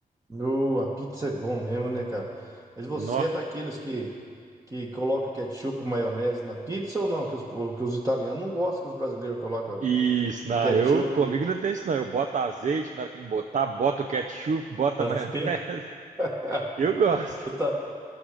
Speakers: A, on the right (about 20°); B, on the right (about 55°).
A: No, a pizza é bom mesmo, né, cara? Mas você
B: Nó.
A: é daqueles que, que coloca ketchup e maionese na pizza ou não? Que os, que os italianos não gostam que os brasileiros colocam
B: Isso, não,
A: ketchup.
B: eu comigo não tem isso não. Eu boto azeite na hora que tem que botar, boto o ketchup, boto
A: Fazer.
B: a maionese. <laughs>
A: <laughs>
B: Eu gosto.
A: Eu também,